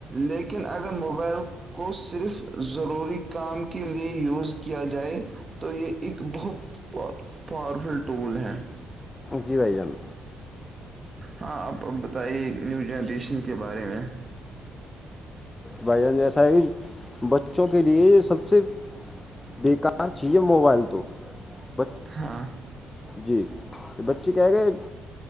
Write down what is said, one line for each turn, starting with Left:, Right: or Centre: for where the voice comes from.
Right: لیکن اگر موبائل کو صرف ضروری کام کی لیے یوز کیا جائے تو یہ ایک بہت پاورفل ٹول ہے
Left: جی بھائی جان
Right: ہاں آپ اب بتائیے نیو جنریشن کے بارے میں
Left: بھائی جان جیسا ہے کہ بچوں کے لیے سب سے بیکار چاہیے موبائل تو بس
Right: ہاں
Left: جی تو بچے کہ گئے